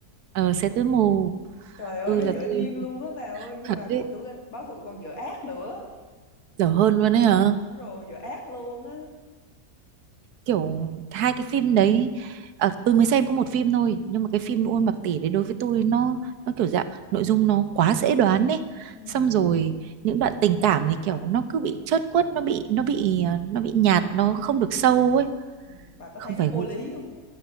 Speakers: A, on the right; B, on the left.
A: ờ xe tối mù
B: trời ơi
A: tôi
B: nó
A: là
B: dở
A: tôi
B: điên luôn á bà ơi nhưng
A: thật
B: mà bộ
A: đấy
B: tứ báo thủ còn dở ác nữa
A: dở hơn luôn đấy hả
B: đúng rồi dở ác luôn á
A: kiểu hai cái phim đấy à, tôi mới xem có một phim thôi nhưng mà cái phim Luôn Bạc Tỷ đấy đối với tôi nó nó kiểu dạng nội dung nó quá dễ đoán ấy
B: ừ.
A: xong rồi những đoạn tình cảm thì kiểu
B: bà,
A: nó cứ bị chớt quất nó bị nó bị à, nó bị nhạt nó không được sâu ấy
B: ừ, bà có
A: không
B: thấy nó
A: phải
B: vô
A: gu
B: lý không